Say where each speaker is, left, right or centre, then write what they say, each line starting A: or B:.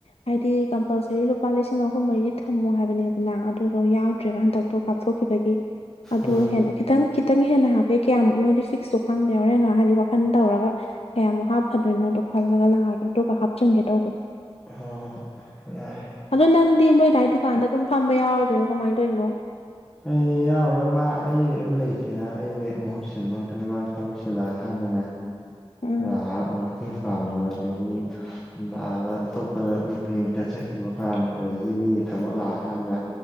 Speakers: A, on the left; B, in the centre.
A: ꯍꯥꯏꯗꯤ ꯀꯝꯄꯜꯁꯔꯤ ꯂꯨꯄꯥ ꯂꯤꯁꯤꯡ ꯑꯍꯨꯝ ꯃꯔꯤꯗꯤ ꯊꯝꯃꯣ ꯍꯥꯏꯕꯅꯦꯗꯅ ꯑꯗꯨꯗꯣ ꯌꯥꯎꯗ꯭ꯔꯦꯕ ꯍꯟꯗꯛ ꯑꯇꯣꯞꯄꯗ ꯀꯥꯞꯊꯣꯛꯈꯤꯕꯒꯤ ꯑꯗꯣ
B: ꯎꯝ
A: ꯍꯦꯟꯅ ꯈꯤꯇꯪ ꯈꯤꯇꯪ ꯍꯦꯟꯅ ꯍꯥꯞꯀꯦ ꯀꯌꯥꯃꯨꯛꯅꯣꯗꯤ ꯐꯤꯛꯁꯇꯣ ꯈꯪꯗꯦ ꯍꯣꯔꯦꯟ ꯍꯥꯏꯗꯤ ꯋꯥꯈꯜ ꯇꯧꯔꯒ ꯀꯌꯥꯃꯨꯛ ꯍꯥꯞꯐꯗꯣꯏꯅꯣꯗꯣ ꯈꯜꯂꯒ ꯂꯥꯛꯑꯒꯦ ꯑꯗꯨꯒ ꯍꯥꯞꯆꯟꯒꯦ ꯇꯧꯕꯗꯤ
B: ꯍꯣꯏ ꯍꯣꯏ ꯌꯥꯏ
A: ꯑꯗꯣ ꯅꯪꯗꯤ ꯅꯣꯏ ꯗꯥꯒꯤ ꯗꯨꯀꯥꯟꯗ ꯑꯗꯨꯝ ꯐꯝꯕ ꯌꯥꯎꯔꯗꯣꯏꯔꯣ ꯀꯃꯥꯏꯅ ꯇꯧꯔꯤꯅꯣ
B: ꯑꯩ ꯌꯥꯎꯔꯣꯏ ꯃꯥ ꯑꯩ ꯑꯗꯨꯝ ꯂꯩꯇꯦꯗ ꯑꯩꯗꯤ ꯃꯍꯨꯠ ꯁꯤꯟꯕ ꯈꯠꯇꯅꯦ ꯃꯥꯁꯨ ꯊꯕꯛ ꯆꯤꯟꯂꯛꯑꯀꯟꯗꯅꯦ
A: ꯎꯝ
B: ꯉꯥꯏꯍꯥꯛ ꯃꯇꯦꯡ ꯄꯥꯡꯕ ꯑꯗꯒꯤ ꯑꯗꯥ ꯑꯇꯣꯞꯄ ꯕꯦꯡꯀꯇ ꯆꯠꯈꯤꯕ ꯀꯥꯟꯗ ꯑꯗꯩ ꯃꯤꯒꯤ ꯊꯕꯛ ꯂꯥꯛꯑꯀꯥꯟꯗ